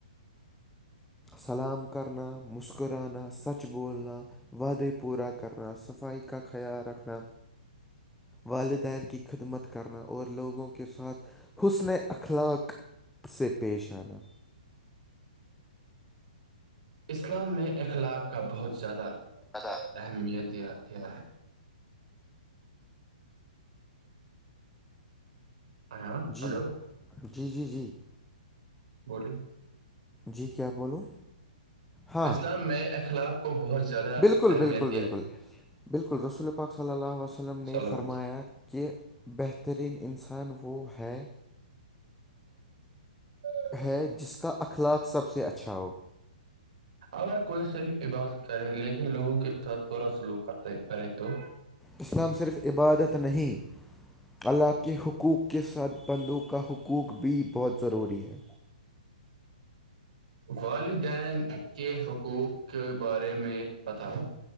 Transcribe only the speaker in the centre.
سلام کرنا مسکرانا سچ بولنا وعدے پورا کرنا صفائی کا خیال رکھنا والدین کی خدمت کرنا اور لوگوں کے ساتھ حسن اخلاق سے پیش آنا
ادا
جی
جی جی جی
جی کیا بولوں ہاں
بالکل
بالکل
بالکل
بالکل رسول پاک ص اللہ وسلم نے
یہ
فرمایا
کہ بہترین انسان وہ ہے
ہے جس کا اخلاق سب سے اچھا ہو
اسلام صرف عبادت نہیں ال کے حقوق کے ساتھ بندوں کا حقوق بھی بہت ضروری ہے